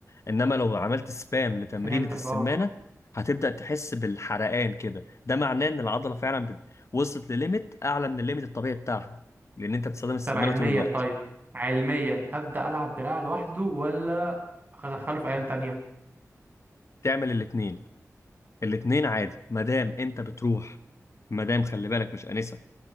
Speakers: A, on the left (about 55°); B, on the right (about 35°).
A: انما لو عملت سبام لتمرينة
B: فهمتك
A: السمانة
B: اه
A: هتبدأ تحس بالحرقان كده ده معناه ان العضلة فعلا بت- وصلت لليميت اعلى من الليميت الطبيعي بتاعها لان انت بتستخدم السمانة
B: طب علميا
A: طول الوقت
B: طيب علميا ابدا العب دراع لوحده ولا ادخله في ايام تانية
A: تعمل الاتنين الاتنين عادي مادام انت بتروح مادام خلي بالك مش آنسة